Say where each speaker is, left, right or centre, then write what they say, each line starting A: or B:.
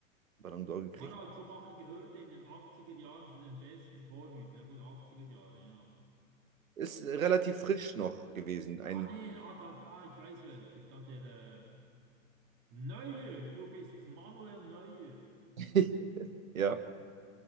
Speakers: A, on the right; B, on the right.
A: Ballon d'Or gekriegt.
B: Harald Schumacher gehörte in den 80er Jahren zu den besten Torhütern. Ja gut, 80er Jahre, ja.
A: Ist relativ frisch noch gewesen. Ein,
B: Ah nee, ah, da, ah, ich weiß welcher. Da der, äh, Neuer, du bist Manuel Neuer.
A: <laughs> ja.